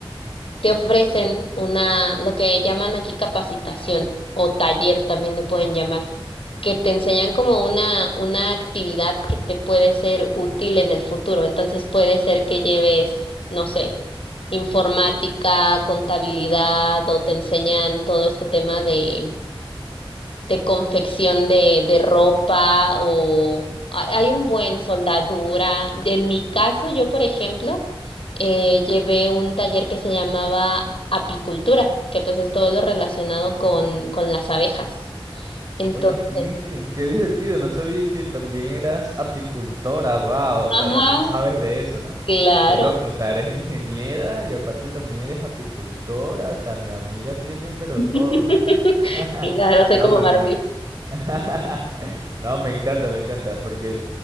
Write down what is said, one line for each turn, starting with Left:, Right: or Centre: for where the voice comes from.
Left: te ofrecen una, lo que llaman aquí capacitación o taller también le pueden llamar, que te enseñan como una, una actividad que te puede ser útil en el futuro. Entonces puede ser que lleves, no sé, informática, contabilidad o te enseñan todo este tema de de confección de, de ropa o ha- hay un buen soldadura. En mi caso, yo, por ejemplo, eh, llevé un taller que se llamaba apicultura, que pues es todo lo relacionado con, con las abejas. Entonces,
Right: Oye, qué, qué divertido, no sabía que también eras apicultora, wow, o sea,
Left: ajá,
Right: también sabes de eso, ¿no?
Left: claro.
Right: Qué loco, o sea, eres ingeniera y aparte también eres apicultora, o sea, mi amiga tiene pero
Left: <laughs>
Right: todo, ¿no? <laughs>
Left: Claro, soy
Right: No,
Left: como
Right: me,
Left: Barbie.
Right: me... <laughs> No, me encanta, me encanta, porque,